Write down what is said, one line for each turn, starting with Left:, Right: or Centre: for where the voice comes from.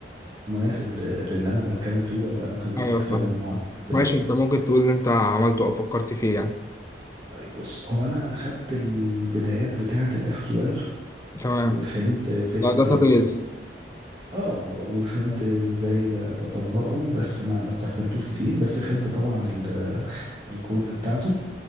Right: مناسب ل- للي انا بتكلم فيه ولا ممكن
Left: ايوه
Right: استفاد
Left: فاهم
Right: منه
Left: فاهم.
Right: عن- ازاي
Left: ماشي
Right: يعني
Left: انت ممكن تقول اللي انت عملته او فكرت فيه يعني
Right: طيب بص هو انا خدت البدايات بتاعة الاس كيو ال
Left: تمام
Right: وفهمت فكرة
Left: ده داتابيز
Right: اه وفهمت
Left: تمام
Right: ازاي ب- بطبقه بس ما ما استخدمتوش كتير بس فهمت طبعا ال- الكودز بتاعته